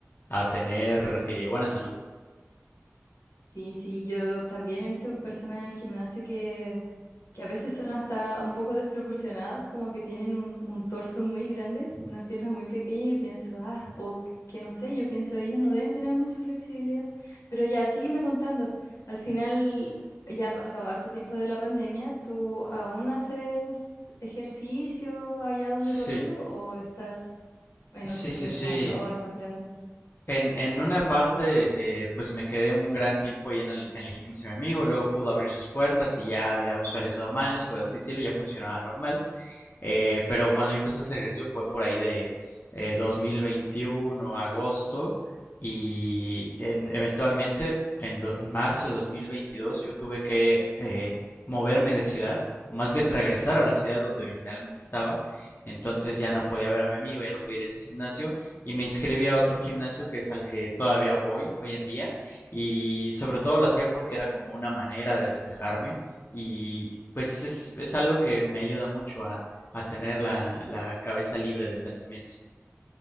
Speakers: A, on the left (about 50°); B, on the left (about 85°).
A: a tener eh, buena salud.
B: Sí, sí, yo también he visto personas en el gimnasio que, que a veces son hasta un poco desproporcionados, como que tienen un, un torso muy grande, unas piernas muy pequeñas y pienso, ah, o que no sé, yo pienso ellos no deben tener mucha flexibilidad. Pero ya, sígueme contando. Al final ya ha pasado harto tiempo de la pandemia, ¿tú aún haces ejercicio allá donde
A: Sí,
B: tu amigo o estás en
A: sí,
B: otro gimnasio
A: sí, sí.
B: mayor, más grande?
A: En, en una parte, eh, pues me quedé un gran tiempo ahí en el, en el gimnasio de mi amigo, luego pudo abrir sus puertas y ya había usuarios normales, por así decirlo, ya funcionaba normal. Eh, pero cuando yo empecé a hacer ejercicio fue por ahí de eh, 2021, agosto, y en- eventualmente en, do- en marzo de 2022 yo tuve que eh, moverme de ciudad, o más bien regresar a la ciudad donde originalmente estaba. Entonces ya no podía ver a mi amigo, ya no podía ir a ese gimnasio, y me inscribí a otro gimnasio que es al que todavía voy hoy en día, y sobre todo lo hacía porque era como una manera de despejarme. Y pues es, es algo que me ayuda mucho a tener la, la cabeza libre de pensamientos.